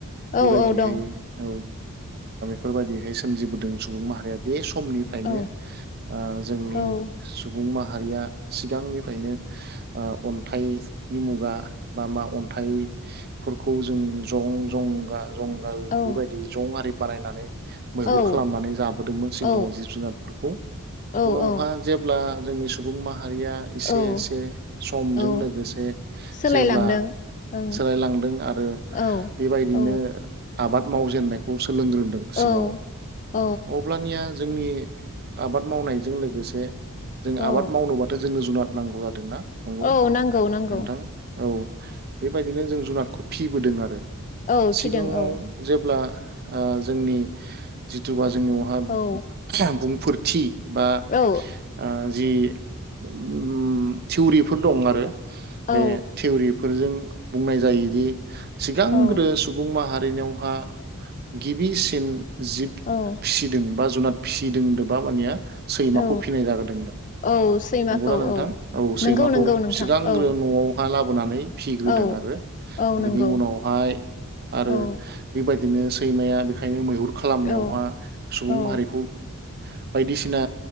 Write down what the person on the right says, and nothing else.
बेबायदिहै
औ फोर बायदि सोमजिबोदों सुबुं माहारिया बे समनिफ्रायनो
जोंनि
सुबुं माह माहारिया सिगांनिफ्रायनो अन्थाइनि मुगा बा मा अन्थाइ फोरखौ जों जं जंगा जंगाल
बेबायदि जं आरि बानायनानै मैहुर
खालामनानै जाबोदोंमोन सिगाङाव
जिब जुनारफोरखौ,
उनावहा
जेब्ला जोंनि सुबुं माहा माहारिया एसे
एसे समजों
लोगोसे
जेब्ला
सोलायलांदों आरो
बेबायदिनो
आबाद मावजेननायखौ सोलोंग्रोदों
सिगाङाव
अब्लानिया जोंनि आबाद मावनायजों लोगोसे जों
आबाद मावनोबाथ जोंनो जुनाद नांगौ जादोंना? नंगौ
नोंथां औ बेबायदिनो जों जुनादखौ फिबोदों आरो
सिगाङाव
जेब्ला ओ जोंनि जि <unintelligible> जोंनियावहा
<unintelligible> बुंफोर थि बा ओ
जि ओम थिउरिफोर दं आरो। बे
थिउरि फोरजों बुंनाय जायोदि सिगांग्रो
सुबुं माहा रिनेवहा गिबिसिन जिब फिसिदों
बा जुनाद फिसिदों दोबा मानिया सैमाखौ
फिनाय जाग्रोदोंनो
नंगौना नोंथां? औ
सैमाखौ
सिगांग्रो
न'आव हा लाबोनानै फिग्रोदों
आरो
बिनि उनावहाय आरो
बेबाय बिदिनो सैमाया बेखायनो मैहुर खालामनायाव
सुबुं
माहारिखौ बायदिसिना